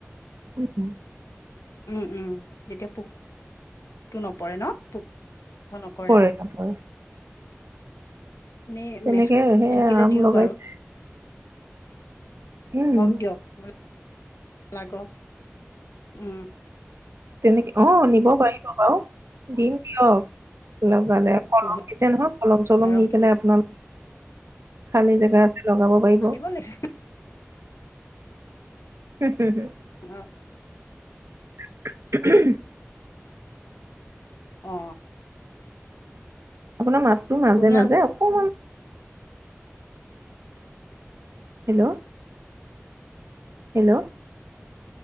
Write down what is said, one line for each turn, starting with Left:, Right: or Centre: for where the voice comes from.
Right: উম হু।
Left: উম, উম তেতিয়া পোক টো নপৰে ন? পোকটো নকৰে
Right: পৰে
Left: আৰু।
Right: নপৰে
Left: এনেই
Right: তেনেকে
Left: মেহ
Right: সে
Left: থাকিলে
Right: আম
Left: দিওঁ
Right: লগাইছে।
Left: বাৰু
Right: উম
Left: হওক দিয়ক <unintelligible> উম লাগক। উম।
Right: তেনেকে অ নিব পাৰিব বাও। দিম দিয়ক। অলপ গালে কলম
Left: কুঁহিয়াৰ
Right: দিছে নহয়। কলম-চলম
Left: ৰসটোতো
Right: নি পেলাই আপোনা খালি জেগা আছে লগাব পাৰিব।
Left: আনিব লাগিব
Right: হু, হু, হু।
Left: অ।
Right: <unintelligible>
Left: অ।
Right: আপোনাৰ মাতটো মাজে-মাজে
Left: কুঁহিয়াৰ
Right: অকমান হেল্ল। হেল্ল।